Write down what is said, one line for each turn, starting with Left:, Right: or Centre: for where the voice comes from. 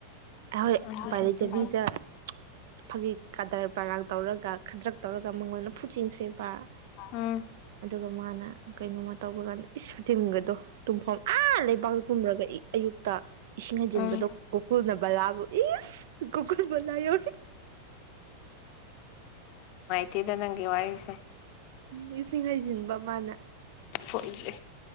Right: ꯑꯩꯍꯣꯏ
Left: ꯑꯗꯨꯗꯗꯤ
Right: ꯎꯄꯥꯏ ꯂꯩꯇꯕꯤꯗ
Left: ꯍꯨꯝ
Right: ꯐꯛ- ꯍꯤꯛ ꯀꯥꯗꯔ ꯄꯔꯥꯛ ꯇꯧꯔꯒ ꯈꯗ꯭ꯔꯛ ꯇꯧꯔꯒ ꯃꯉꯣꯟꯗ ꯐꯨꯖꯤꯟꯈ꯭ꯔꯦꯕ
Left: ꯎꯝ
Right: ꯑꯗꯨꯒ ꯃꯥꯅ ꯀꯩꯅꯣꯝꯃꯅꯤ ꯇꯧꯕ ꯀꯥꯟꯗ ꯏꯁ ꯁꯨꯇꯤꯡꯒꯗꯣ ꯇꯨꯝꯐꯝ ꯑꯥ ꯂꯩꯕꯥꯛꯇ ꯇꯨꯝꯔꯒ ꯑꯌꯨꯛꯇ ꯏꯁꯤꯡ ꯍꯩꯖꯤꯟꯕꯗꯣ
Left: ꯎꯝ
Right: ꯒꯣꯀꯨꯜꯅ ꯕꯂꯥꯕꯨ ꯏꯁ ꯒꯣꯀꯨꯜ ꯕꯂꯥ ꯌꯧꯔꯦ
Left: ꯗꯤꯗ ꯅꯪꯒꯤ ꯋꯥꯔꯤꯁꯦ
Right: ꯎꯝ ꯁꯤꯡ ꯍꯩꯖꯤꯟꯕ ꯃꯥꯅ
Left: ꯁꯣꯛꯏꯁꯦ